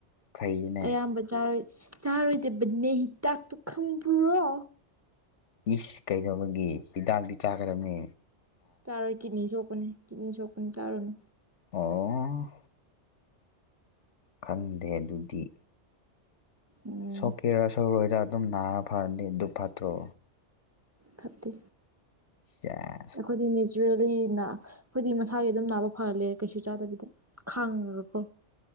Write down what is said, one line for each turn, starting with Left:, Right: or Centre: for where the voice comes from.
Left: ꯐꯩꯌꯦꯅꯦ
Right: ꯑꯌꯥꯝꯕ ꯆꯥꯔꯣꯏꯏ ꯆꯥꯔꯣꯏꯗꯕꯅꯦ ꯍꯤꯗꯥꯛꯇꯨ ꯈꯪꯕꯨꯔꯣ
Left: ꯏꯁ ꯀꯩꯗꯧꯕꯒꯤ ꯍꯤꯗꯥꯛꯇꯤ ꯆꯥꯈꯔꯝꯃꯤ
Right: ꯆꯥꯔꯣꯏ ꯀꯤꯅꯤ ꯁꯣꯛꯄꯅꯦ ꯀꯤꯅꯤ ꯁꯣꯛꯄꯅꯦ ꯆꯥꯔꯨꯅꯨ
Left: ꯑꯣ ꯈꯟꯗꯦ ꯑꯗꯨꯗꯤ
Right: ꯎꯝ
Left: ꯁꯣꯛꯀꯦꯔꯥ ꯁꯧꯣꯏꯔ ꯑꯗꯨꯝ ꯅꯥꯔ ꯐꯔꯅꯤ ꯑꯗꯨꯗꯨ ꯐꯠꯇ꯭ꯔꯣ
Right: ꯈꯞꯠꯇꯦ
Left: ꯆ
Right: ꯑꯩꯈꯣꯏꯗꯤ ꯅꯦꯆꯔꯦꯜꯂꯤ ꯑꯩꯈꯣꯏꯗꯤ ꯃꯁꯥꯒꯤ ꯑꯗꯨꯝ ꯅꯥꯕ ꯐꯍꯜꯂꯦ ꯀꯩꯁꯨ ꯆꯥꯗꯕꯤꯗ ꯈꯥꯡꯉꯒꯀꯣ